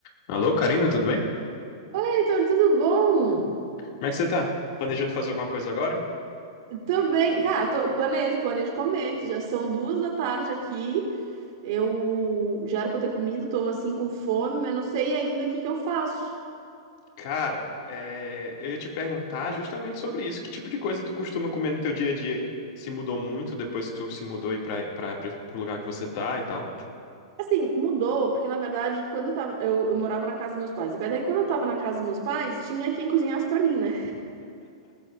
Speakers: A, on the left; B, on the right.
A: Alô, Karina, tudo bem?
B: Oi, Heitor, tudo bom?
A: Como é que você tá? Planejando fazer alguma coisa agora?
B: Tô bem. Cara, tô- planejo, planejo comer, que já são duas da tarde aqui. Eu já era pra eu ter comido, tô assim com fome, mas não sei ainda o que que eu faço.
A: Cara, é, eu ia te perguntar justamente sobre isso. Que tipo de coisa tu costuma comer no teu dia a dia, hein? Se mudou muito depois que tu se mudou aí pra, pra, pra, pro lugar que você tá e tal.
B: Assim, mudou, porque na verdade, quando eu tava, eu, eu morava na casa dos meus pais. E daí, quando eu tava na casa dos meus pais, tinha quem cozinhasse pra mim, né?